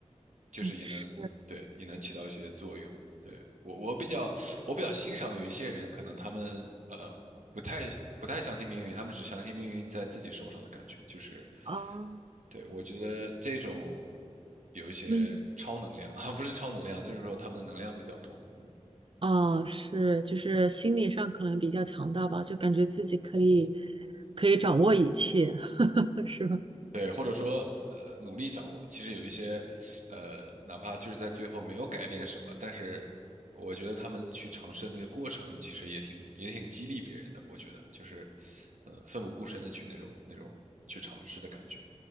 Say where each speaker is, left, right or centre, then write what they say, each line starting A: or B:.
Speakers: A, on the right (about 90°); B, on the right (about 45°).
A: 就是也能对也能起到一些作用。
B: 嗯是
A: 对我我比较我比较欣赏有一些人，可能他们呃不太不太相信命运，他们只相信命运在自己手上的感觉，就是
B: 啊，
A: 对我觉得这种有一些超能量
B: 命运
A: <laughs> 啊，不是超能量，就是说他们的能量比较多。嗯
B: 哦，是，就是心理上可能比较强大吧，就感觉自己可以可以掌握一切。<laughs> 是吧？
A: 对，或者说呃努力掌握。其实有一些呃，哪怕就是在最后没有改变什么，但是我觉得他们去尝试的那个过程，其实也挺也挺激励别人的。我觉得就是嗯、呃奋不顾身的去那种那种去尝试的感觉